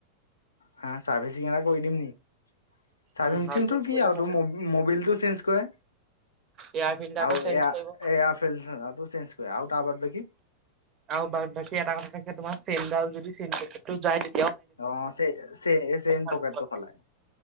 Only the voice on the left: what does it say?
হা চাৰ্ভিচিং এটা কৰি দিম নি? চাৰ্ভিংচিংটো
কি
আও
তোৰ ম-মবিলটো চেঞ্জ কৰে।
আও
এয়া
এয়া <unintelligible> টো চেঞ্জ কৰে। আও তাৰ বাবে কি?
অ চে-চে এ চেন
পকেটটো সলাই,